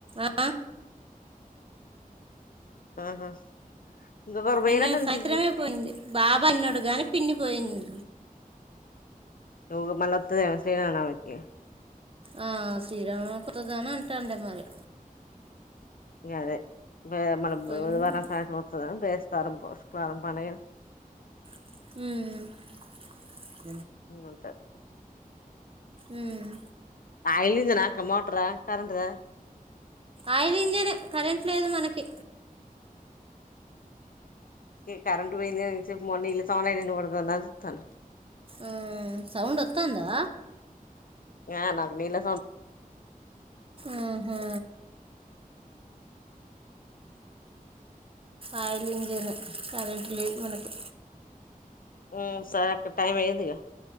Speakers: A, on the right; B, on the left.
A: ఆ
B: ఆహా ఇంకొకరు
A: నిన్న
B: పోయినట్టు
A: సాయంత్రమే పోయింది బాబాయి ఉన్నాడు గాని పిన్ని పోయింది
B: ఉ మళ్ళ అత్తడి గద శ్రీరామనవమికి
A: ఆ శ్రీరామనవమి కొత్తదాని అంటాండే మరి
B: ఇంగా అదే మే మన
A: పోయింది
B: బుధవారం సాయంత్రం వస్తద బేస్తవారం పు శుక్రవారం పండుగెన
A: హ్మ్మ్
B: ఉంటది
A: ఉమ్
B: ఆయిల్ ఇంజనక్క మోటర కరెంట్ ద
A: ఆయిల్ ఇంజనే కరెంట్ లేదు మనకి
B: గి కరెంట్ పోయింది గింతసేపు మో నీళ్ల సౌండ్ అయితంది మోటార్సౌండ్ అని చూతన్నా
A: ఉ సౌండ్ వత్తందా
B: ఆ నాకు నీళ్ల
A: ఆహా ఆయిల్ ఇంజనే కరెంట్ లేదు మనకి
B: ఉ సరే టైం అయిందిగా